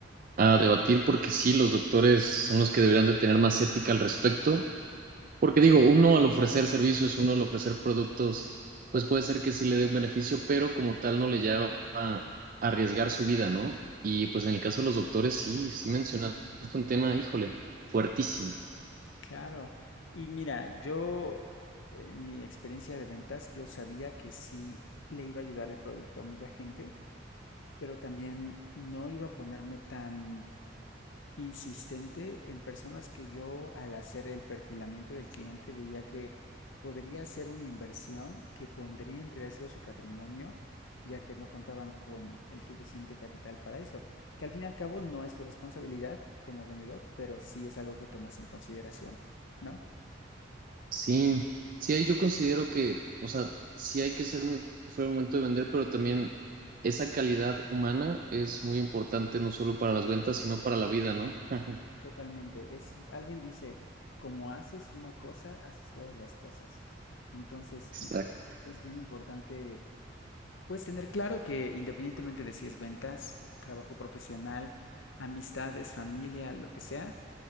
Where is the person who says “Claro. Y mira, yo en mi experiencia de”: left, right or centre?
Left